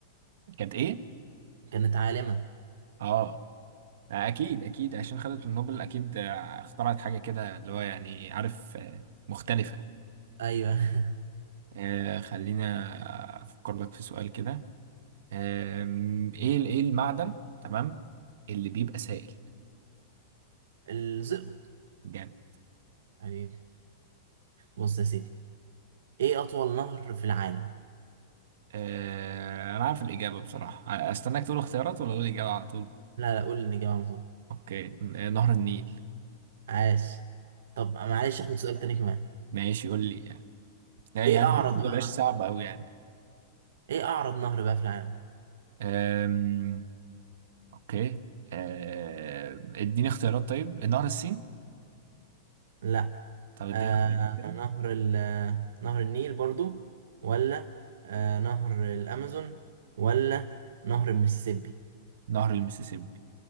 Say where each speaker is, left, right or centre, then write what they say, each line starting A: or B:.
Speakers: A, on the right; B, on the right.
A: كانت إيه؟
B: كانت عالمة
A: آه أكيد أكيد عشان خدت النوبل أكيد آه، اخترعت حاجة كده اللي هو يعني عارف آه، مختلفة
B: ايوه <laughs>
A: آه، خلينا أفكر لك في سؤال كده آم، إيه إيه المعدن تمام اللي بيبقى سائل
B: الزئبق
A: جامد
B: حبيبي بص يا سيدي ايه اطول نهر في العالم
A: آه، انا عارف الاجابه بصراحه استناك تقول اختيارات ولا اقول الاجابه على طول
B: لا لا قول الاجابة على طول
A: اوكي ن- نهر النيل
B: عاش طب معلش اخد سؤال تاني كمان
A: ماشي قول لي يعني آه، يعني
B: ايه اعرض
A: ممكن ما
B: بقى
A: يبقاش
B: انا
A: صعب قوي يعني
B: ايه اعرض نهر بقى في العالم
A: آم، اوكي آه، اديني اختيارات طيب نهر السين
B: لا
A: طب اديني
B: آه
A: اختيارات كده
B: نهر ال نهر النيل برضو ولا آه نهر الامازون ولا نهر المسيسيبي
A: نهر المسيسيبي